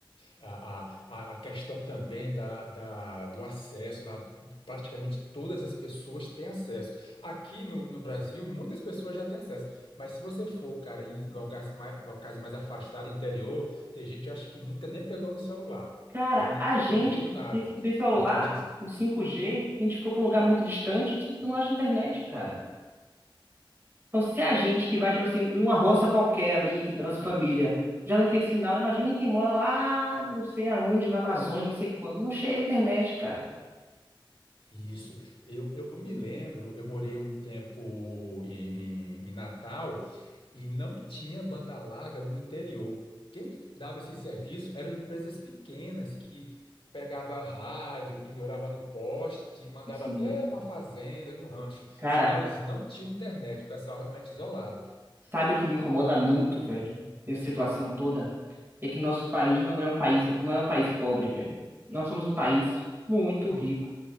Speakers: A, on the left (about 85°); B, on the right (about 25°).
A: A, a, a a questão também da, da, do acesso, lá, praticamente todas as pessoas têm acesso. Aqui no, no Brasil, muitas pessoas já têm acesso, mas se você for, cara, em locais mais, locais mais afastados, interior, tem gente que acho que nunca nem pegou no celular.
B: Cara,
A: Eu não
B: a gente
A: duvido
B: que
A: nada.
B: tem, que tem celular
A: Então a gente.
B: com 5G, se a gente for para um lugar muito distante, a gente não acha internet, cara. Então, se a gente que vai, tipo assim, numa roça qualquer ali, que da nossa família, já não tem sinal, imagine quem mora lá, não sei aonde, na Amazônia, não sei quando, não chega a internet, cara.
A: Isso. Eu, eu me lembro, eu morei um tempo em, em- em Natal e não tinha banda larga no interior. Quem dava esse serviço eram empresas pequenas que pegava rádio, pendurava no poste, e mandava
B: Sim.
A: até uma fazenda, no rancho.
B: Cara,
A: Senão eles não tinham internet, o pessoal realmente isolado.
B: sabe o que me incomoda muito, velho, nessa situação toda? É que nosso país não é um país, não é um país pobre, velho. Nós somos um país muito rico.